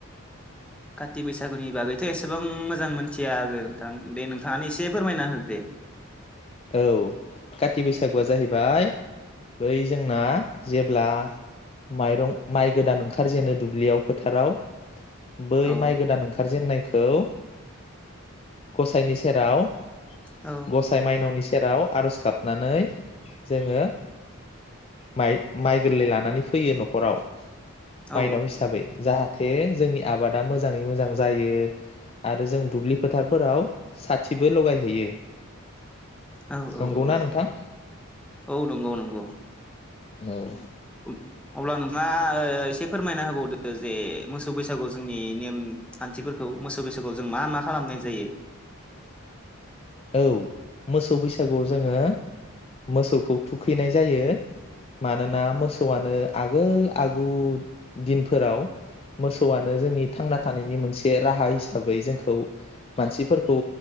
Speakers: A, in the centre; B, on the left (about 25°).
A: काति बैसागुनि बागैथ' एसेबां मोजां मोनथिया आङो नोंथां, दे नोंथाङानो एसे फोरमायना हो दे।
B: औ काति बैसागुआ जाहैबाय बै जोंना जेब्ला माइरं माइ गोदान ओंखार जेनो दुब्लियाव, फोथाराव बै
A: औ
B: माइ गोदान ओंखारजेननाय खौ गसाइनि सेराव
A: औ
B: गसाइ माइनावनि सेराव आर'ज गाबनानै जोङो माइ-माइ गोरलै लानानै फैयो न'खराव।
A: औ
B: माइनाव हिसाबै जाहा थे जोंनि आबादा मोजाङै मोजां जायो आरो जों दुब्लि फोथारफोराव साथिबो लगायहैयो।
A: औ
B: नंगौना
A: औ औ
B: नोंथां
A: औ नंगौ नंगौ
B: औ
A: उम अब्ला नोंथाङा ओ एसे फोरमायना होबावदो जे मोसौ बैसागु जोंनि नेम-खान्थिफोरखौ मोसौ बैसागु जों मा मा खालामनाय जायो?
B: औ मोसौ बैसागुआव जोङो मोसौखौ थुखैनाय जायो। मानोना मोसौआनो आगोल आगु दिनफोराव मोसौआनो जोंनि थांना थानायनि मोनसे राहा हिसाबै जोंखौ मानसिफोरखौ